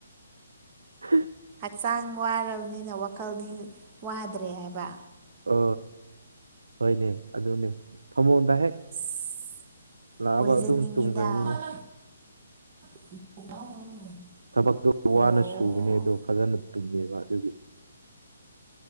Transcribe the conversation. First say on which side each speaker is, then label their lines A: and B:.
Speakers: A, on the right; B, on the right.
A: ꯍꯍꯤ
B: ꯆꯥꯡ ꯋꯥꯔꯕꯅꯤꯅ ꯋꯥꯈꯜꯗꯤ ꯋꯥꯗ꯭ꯔꯦ ꯍꯥꯏꯕ
A: ꯑ ꯍꯣꯏꯅꯦ ꯑꯗꯨꯅꯦ ꯐꯃꯨꯡꯗ ꯍꯦꯛ
B: ꯑꯁ
A: ꯂꯥꯛꯑꯕ
B: ꯑꯣꯏꯖꯅꯤꯡꯉꯤꯗ
A: ꯑꯗꯨꯝ ꯇꯨꯝꯈ꯭ꯔꯅꯤꯗ
B: <unintelligible>
A: ꯊꯕꯛꯇꯣ
B: ꯑꯣ
A: ꯋꯥꯅ ꯁꯨꯕꯅꯦ ꯑꯗꯣ ꯐꯖꯅ ꯇꯨꯝꯃꯦꯕ ꯑꯗꯨꯒꯤ